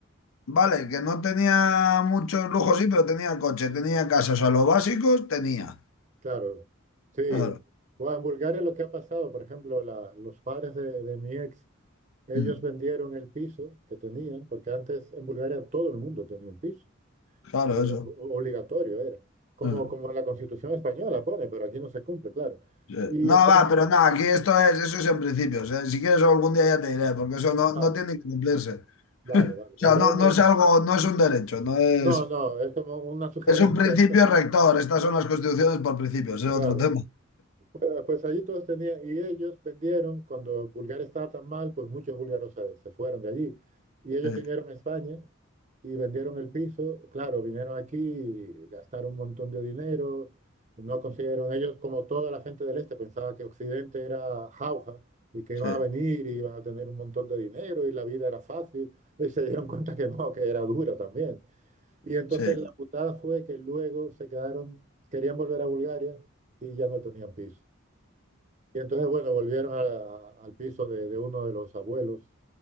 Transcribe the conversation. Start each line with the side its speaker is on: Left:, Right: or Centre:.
Left: vale, que no tenía muchos lujos, sí, pero tenía coche, tenía casa, o sea, los básicos tenía.
Right: claro, sí.
Left: Claro,
Right: Bueno, en Bulgaria lo que ha pasado, por ejemplo, la- los padres de, de mi ex, ellos
Left: mm,
Right: vendieron el piso que tenían, porque antes en Bulgaria todo el mundo tenía un piso,
Left: claro,
Right: eh,
Left: eso.
Right: o- obligatorio era, como,
Left: mm,
Right: como la Constitución española pone, pero aquí no se cumple, claro.
Left: sí.
Right: Y
Left: No,
Right: entonces,
Left: va, pero no, aquí esto es, eso es en principio. o sea, si quieres algún día ya te diré, porque eso no,
Right: vale,
Left: no tiene que cumplirse.
Right: vale,
Left: <laughs>
Right: vale. Pues
Left: O sea,
Right: luego
Left: no,
Right: me-
Left: no es algo, no es un derecho, no es,
Right: no, no, es como una <laughs> sugerencia
Left: es un principio rector. Estas son las constituciones por principios, es
Right: Claro,
Left: otro tema.
Right: pues, pues allí todos tenían, y ellos vendieron, cuando Bulgaria estaba tan mal, pues muchos búlgaros se, se fueron de allí. Y ellos
Left: Sí.
Right: vinieron a España y vendieron el piso. Claro, vinieron aquí, y gastaron un montón de dinero, no consiguieron, ellos como toda la gente del este pensaba que Occidente era jauja y que iban
Left: Sí,
Right: a venir y iban a tener un montón de dinero y la vida era fácil. Y se dieron cuenta que no, que era dura también. Y entonces
Left: sí,
Right: la putada fue que luego se quedaron, querían volver a Bulgaria y ya no tenían piso. Y entonces, bueno, volvieron a- a- al piso de, de uno de los abuelos